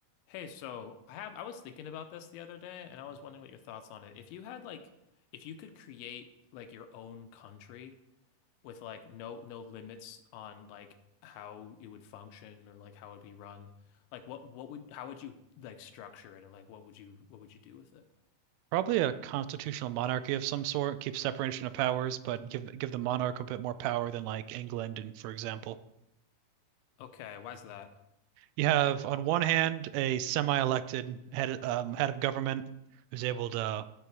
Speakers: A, on the left; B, on the right.
A: Hey, so I have I was thinking about this the other day and I was wondering what your thoughts on it. If you had like if you could create like your own country with like no no limits on like how it would function or like how it would be run, like what what would how would you like structure it and like what would you what would you do with it?
B: Probably a constitutional monarchy of some sort, keep separation of powers, but give give the monarch a bit more power than like England and for example.
A: Okay, why's that?
B: You have on one hand a semi-elected head um, head of government who's able to